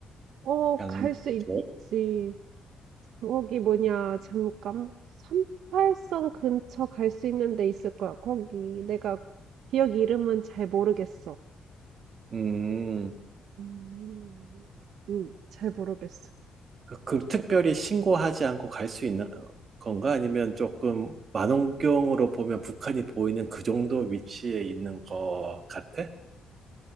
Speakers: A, on the right; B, on the right.
A: 어,
B: 양양?
A: 갈 수 있지.
B: 쪽?
A: 거기 뭐냐, 잠깐. 삼팔선 근처 갈 수 있는 데 있을 거야. 거기 내가 지역 이름은 잘 모르겠어.
B: 음.
A: 음. 음, 잘 모르겠어.
B: 그 특별히 신고하지 않고 갈 수 있는 어, 건가? 아니면 조금 망원경으로 보면 북한이 보이는 그 정도 위치에 있는 것 같아?